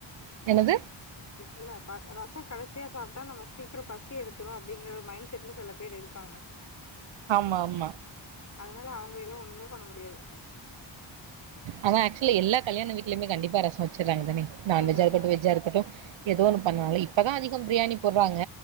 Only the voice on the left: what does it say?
இல்ல ப ரசம் கடைசியா சாப்ட்டா நம்ம சீக்கிரம் பசி எடுத்துரும் அப்படிங்கிற ஒரு மைண்ட் செட்ல சில பேர் இருக்காங்க
அதனால அவுங்கள எல்லாம் ஒண்ணுமே பண்ண முடியாது
அதா
அதா
ஆ